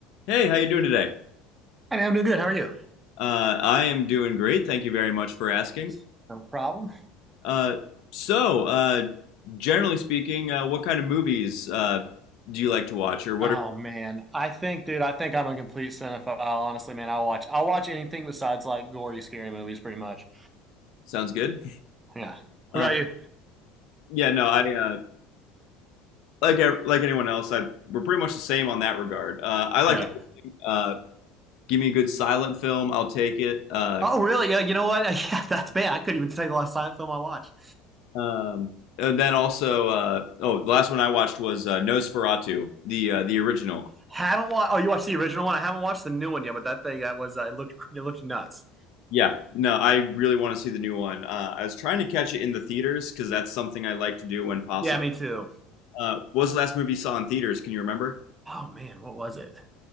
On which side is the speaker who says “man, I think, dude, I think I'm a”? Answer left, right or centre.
Right